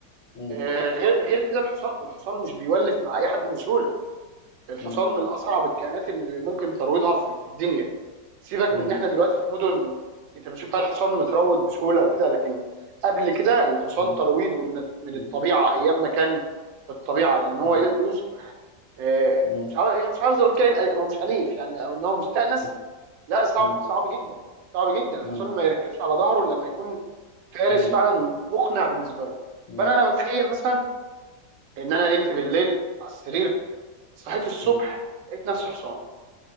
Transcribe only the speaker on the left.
مم.
مم.
مم.
مم.
مم.
مم.
مم.
مم.
مم.
مم.
مم.
مم.
مم. مم.